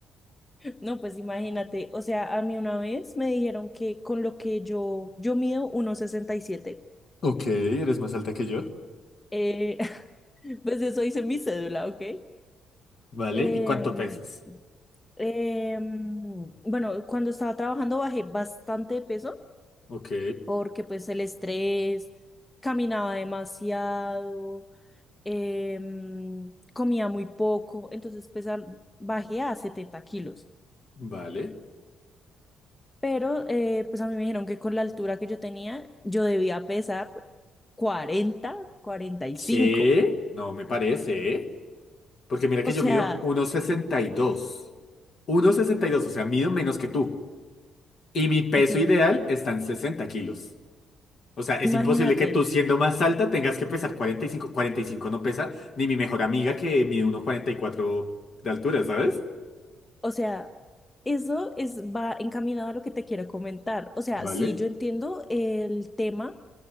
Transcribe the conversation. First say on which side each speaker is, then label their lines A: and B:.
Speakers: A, on the left; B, on the left.
A: no, pues imagínate, o sea, a mí una vez me dijeron que con lo que yo, yo mido 1,67,
B: Ok, eres más alta que yo.
A: eh, <laughs> pues eso dice mi cédula, ¿ok?
B: ¿Vale?
A: Em,
B: ¿Y cuánto pesas?
A: em, bueno, cuando estaba trabajando bajé bastante de peso
B: Ok,
A: porque pues el estrés, caminaba demasiado, em, comía muy poco, entonces pues al- bajé a 70 kilos.
B: vale.
A: Pero eh, pues a mí me dijeron que con la altura que yo tenía, yo debía pesar cuarenta cuarenta y
B: ¿Qué?
A: cinco
B: No me parece, ¿eh? Porque mira que
A: O sea,
B: yo mido 1,62. 1,62, o sea, mido menos que tú. Y mi peso
A: ok,
B: ideal está en 60 kilos. O sea, es
A: imagínate,
B: imposible que tú siendo más alta tengas que pesar cuarenta Cuarenta y cinco. cuarenta y cinco no pesa ni mi mejor amiga que mide uno cuarenta y cuatro de altura, ¿sabes?
A: o sea, eso es, va encaminado a lo que te quiero comentar. O sea,
B: ¿Vale?
A: sí, yo entiendo el tema